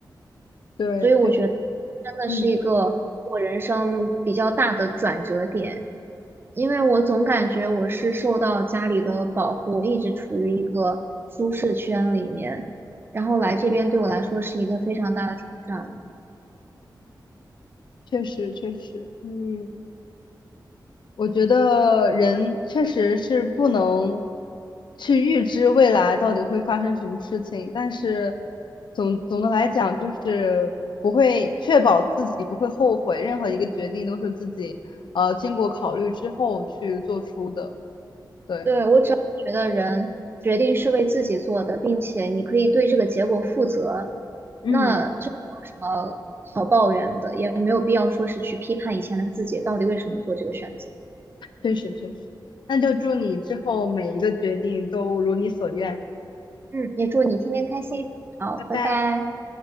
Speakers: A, on the left (about 75°); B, on the right (about 30°).
A: 对，
B: 所以我觉得
A: 确实，
B: 真的是一个我人生比较大的转折点，
A: 嗯，
B: 因为我总感觉我是受到家里的保护，一直处于一个舒适圈里面，然后来这边对我来说是一个非常大的挑战。
A: 确实，确实，嗯。我觉得人确实是不能去预知未来到底会发生什么事情，但是总总的来讲，就是不会确保自己不会后悔，任何一个决定都是自己呃经过考虑之后去做出的。对，
B: 对，我只要觉得人决定是为自己做的，并且你可以对这个结果负责，
A: 嗯，
B: 那这没有什么好抱怨的，也没有必要说是去批判以前的自己到底为什么做这个选择。
A: 确实确实，那就祝你之后每一个决定都如你所愿，
B: 嗯，也祝你天天开心。好，
A: 拜拜。
B: 拜拜。